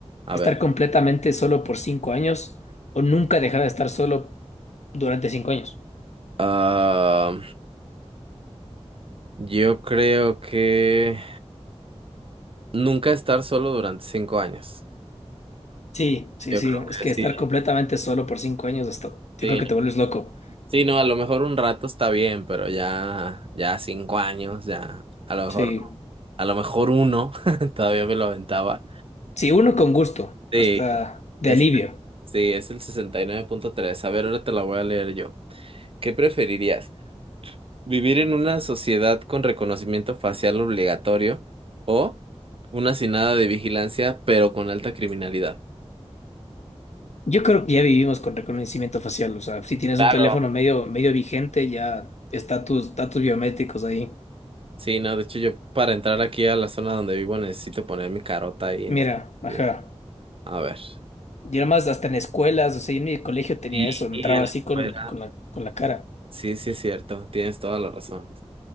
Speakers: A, on the right; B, on the left.
A: A
B: Estar
A: ver.
B: completamente solo por cinco años o nunca dejar de estar solo durante cinco años.
A: ah, yo creo que nunca estar solo durante cinco años.
B: Sí, sí,
A: Yo
B: sí.
A: creo
B: Es
A: que
B: que
A: sí.
B: estar completamente solo por cinco años hasta, yo
A: Sí,
B: creo que te vuelves loco.
A: Sí, no, a lo mejor un rato está bien, pero ya, ya cinco años, ya, a lo mejor,
B: Sí,
A: a lo mejor uno, <laughs> todavía me lo aventaba.
B: sí, uno con gusto,
A: Sí,
B: hasta de
A: es,
B: alivio.
A: sí, es el sesenta y nueve punto tres. A ver, ahora te la voy a leer yo. ¿Qué preferirías? ¿Vivir en una sociedad con reconocimiento facial obligatorio o una sin nada de vigilancia, pero con alta criminalidad?
B: Yo creo que ya vivimos con reconocimiento facial. O sea, si tienes
A: Claro.
B: un teléfono medio, medio vigente, ya está tus datos biométricos ahí.
A: Sí, no, de hecho yo para entrar aquí a la zona donde vivo necesito poner mi carota ahí, entonces,
B: Mira, ajá.
A: sí. A ver.
B: Y además hasta en escuelas, o sea, yo en mi colegio tenía
A: Sí,
B: eso, entraba
A: en la
B: así
A: escuela.
B: con, con la, con la cara.
A: Sí, sí, es cierto, tienes toda la razón.